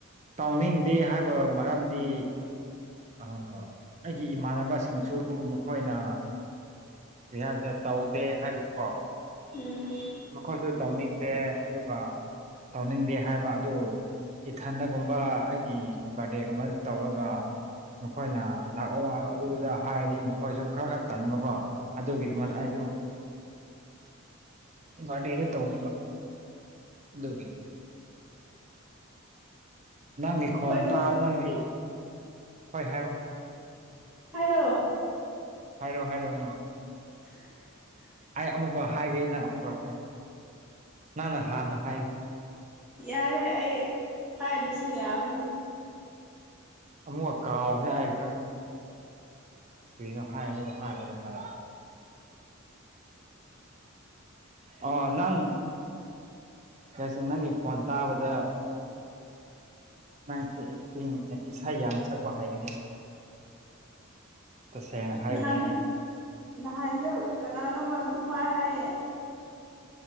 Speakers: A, on the right; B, in the centre.
A: ꯇꯧꯅꯤꯡꯗꯦ ꯍꯥꯏꯕ ꯃꯔꯝꯗꯤ ꯑ ꯑꯩꯒꯤ ꯏꯃꯥꯟꯅꯕꯁꯤꯡꯁꯨ ꯃꯈꯣꯏꯅ ꯔꯤꯍꯁꯗ ꯇꯧꯗꯦ ꯍꯥꯏꯕꯀꯣ
B: ꯎꯝ
A: ꯃꯈꯣꯏꯁꯨ ꯇꯧꯅꯤꯡꯗꯦ ꯑꯗꯨꯒ ꯇꯧꯅꯤꯡꯗꯦ ꯍꯥꯏꯕ ꯑꯗꯨ ꯏꯊꯟꯗꯒꯨꯝꯕ ꯑꯩꯒꯤ ꯕꯥꯔꯗꯦꯒꯨꯝꯕꯗ ꯇꯧꯔꯒ ꯃꯈꯣꯏꯅ ꯂꯥꯛꯑꯣ ꯑꯗꯨꯗ ꯍꯥꯏꯔꯗꯤ ꯃꯈꯣꯏꯁꯨ ꯈꯔ ꯈꯔ ꯇꯟꯕꯀꯣ ꯑꯗꯨꯒꯤꯗꯃꯛ
B: ꯎꯝ
A: ꯑꯗꯨ ꯕꯥꯔꯗꯦꯖꯤ ꯇꯧꯗꯕ ꯑꯗꯨꯒꯤ ꯅꯪꯒꯤ ꯈꯣꯟ
B: ꯕꯥꯔꯗꯦ
A: ꯇꯥꯂ ꯅꯪꯗꯤ ꯍꯣꯏ ꯍꯥꯏꯌꯨ
B: ꯍꯥꯏꯔꯣ
A: ꯍꯥꯏꯔꯣ ꯍꯥꯏꯔꯣ ꯅꯪ
B: <inaudible>
A: ꯑꯩ ꯑꯃꯨꯛꯀ ꯍꯥꯏꯒꯦ ꯅꯪ ꯑꯃꯨꯛꯀ ꯍꯥꯏꯔꯣ ꯅꯪꯅ ꯍꯥꯟꯅ ꯍꯥꯏꯌꯨ
B: ꯌꯥꯔꯦ ꯑꯩ ꯍꯥꯏꯗꯔꯁꯨ ꯌꯥꯕꯅꯤ
A: ꯑꯃꯨꯛ ꯀꯥꯎꯈ꯭ꯔꯦ <unintelligible> ꯀꯩꯅꯣ ꯍꯥꯏꯗꯧꯕ ꯍꯥꯏꯕꯗꯣ ꯈꯔ ꯑꯣ ꯅꯪ ꯀꯁꯦ ꯅꯪꯒꯤ ꯈꯣꯟ ꯇꯥꯕꯗ ꯅꯪꯁꯦ ꯑꯦꯛꯇꯤꯡ ꯏꯁꯩ ꯌꯥꯝ ꯁꯛꯄ ꯍꯥꯏꯒꯅꯤ ꯇꯁꯦꯡꯅ ꯍꯥꯏꯕꯅꯤ
B: ꯅꯍꯥꯁꯨ
A: ꯑꯩ
B: ꯅꯍꯥꯁꯨ ꯀꯅꯥꯅꯣꯃ ꯑꯗꯨꯃꯥꯏ ꯍꯥꯏꯌꯦ